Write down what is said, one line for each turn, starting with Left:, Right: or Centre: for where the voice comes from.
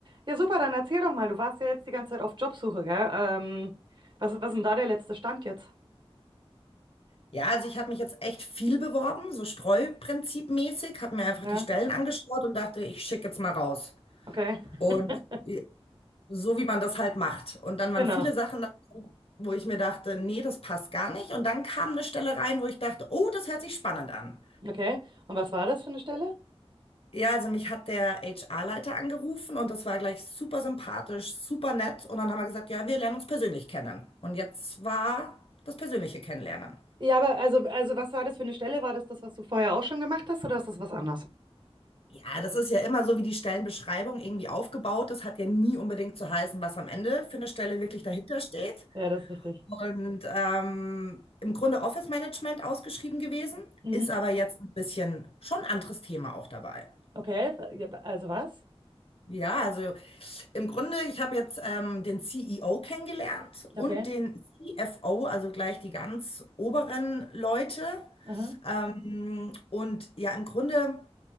Right: Ja, super, dann erzähl doch mal. Du warst ja jetzt die ganze Zeit auf Jobsuche, gell? Ähm, was, was ist denn da der letzte Stand jetzt?
Left: Ja, also ich habe mich jetzt echt viel beworben, so Streuprinzipmäßig, habe mir einfach
Right: Ja,
Left: die Stellen angeschaut und dachte, ich schicke jetzt mal raus.
Right: okay.
Left: Und
Right: <laughs>
Left: so wie man das halt macht. Und dann waren
Right: Genau.
Left: viele Sachen, dabei, wo ich mir dachte, nee, das passt gar nicht. Und dann kam eine Stelle rein, wo ich dachte, oh, das hört sich spannend an.
Right: Okay. Und was war das für eine Stelle?
Left: Ja, also mich hat der HR-Leiter angerufen und das war gleich super sympathisch, super nett. Und dann haben wir gesagt, ja, wir lernen uns persönlich kennen. Und jetzt war das persönliche Kennenlernen.
Right: Ja, aber also, also was war das für eine Stelle? War das das, was du vorher auch schon gemacht hast, oder ist das was anderes?
Left: Ja, das ist ja immer so, wie die Stellenbeschreibung irgendwie aufgebaut ist. Hat ja nie unbedingt zu heißen, was am Ende für eine Stelle wirklich dahinter steht.
Right: Ja, das ist richtig.
Left: Und ähm, im Grunde Office Management ausgeschrieben gewesen,
Right: Mhm.
Left: ist aber jetzt ein bisschen schon anderes Thema auch dabei.
Right: Okay. Ja, Also was?
Left: Ja, also im Grunde, ich habe jetzt ähm, den CEO kennengelernt und
Right: Okay.
Left: den CFO, also gleich die ganz oberen Leute.
Right: Aha.
Left: Ähm, und ja, im Grunde.